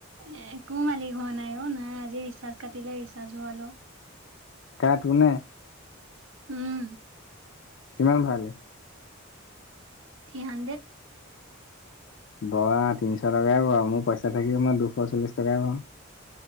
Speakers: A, on the right; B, on the left.
A: এ একো মালিক হোৱা নাই অ। নাই আজি ৰিচাৰ্জ কাটিলে, ৰিচাৰ্জ ভৰালো।
B: কাৰ কোনে?
A: উম।
B: কিমান ভৰালি?
A: Three hundred.
B: ভৰা তিনিশ টকাই ভআ, মোৰ পইচা থাকিও মই দুশ চল্লিছ টকাই ভৰাওঁ।